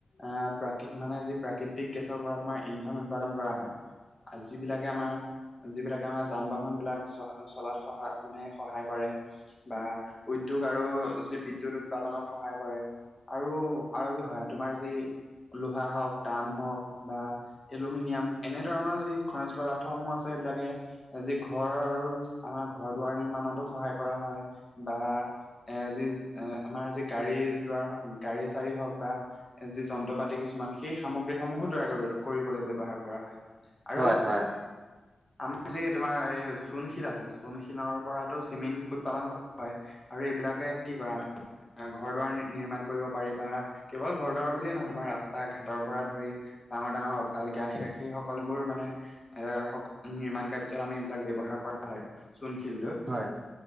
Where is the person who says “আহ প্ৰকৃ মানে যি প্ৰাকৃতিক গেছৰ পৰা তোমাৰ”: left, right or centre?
Left